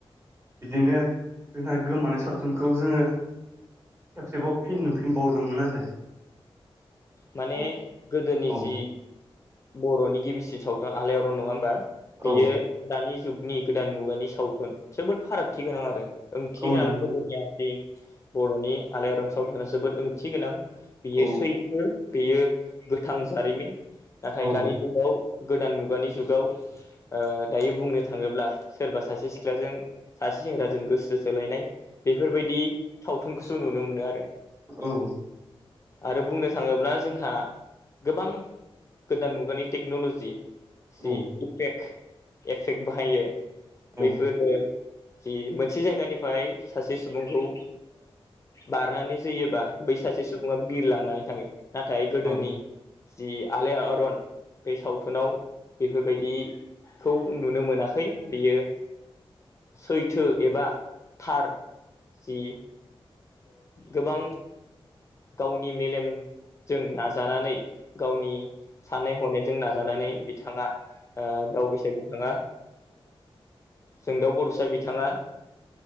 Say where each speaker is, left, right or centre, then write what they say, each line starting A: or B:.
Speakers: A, on the right (about 30°); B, on the left (about 30°).
A: बिदिनो जोंहा गोमानाय सावथुनखौ जोङो खेबसेबाव फिन नुफिनबावदोंमोन आरो
B: माने
A: औ
B: गोदोनि
A: औ
B: जि बर'नि गिबिसिन सावथुन आलायारन नङा होमबा बेयो
A: औ
B: दानि जुगनि गोदान मुगानि सावथुन जोबोद फारागथि गोनां आरो ओंथि
A: औ
B: गोनां
A: नंगौ
B: गोदोनिया बर'नि आलायारन सावथुना जोबोद ओंथि गोनां बियो
A: औ
B: सैथो बेयो गोथां जारिमिन नाथाय
A: औ
B: दानि जुगाव गोदान मुगानि जुगाव ओ दायो बुंनो थाङोब्ला सोरबा सासे सिख्लाजों सासे सेंग्राजों गोसो सोलायनाय बेफोरबायदि सावथुनखौसो नुनो मोनो आरो
A: औ
B: आरो बुंनो थाङोब्ला जोंहा गोबां गोदान मुगानि टेक्न'ल'जि जि
A: औ
B: इफेक्ट एफेक्ट बाहायो
A: औ
B: बैफोरो जि मोनसे जायगानिफ्राय सासे सुबुंखौ बारनानै जोयोबा बै सासे सुबुङा बिरलांनानै थाङो नाथाय गोदोनि
A: औ
B: जि आलायारन बे सावथुनाव बेफोरबायदि खौ नुनो मोनाखै बियो सैथो एबा थार जि गोबां गावनि मेलेम जों नाजानानै गावनि साननाय हनायजों नाजानानै बिथाङा ओ दावबायैसाग बिथांङा जोंदाउ बर'सा बिथाङा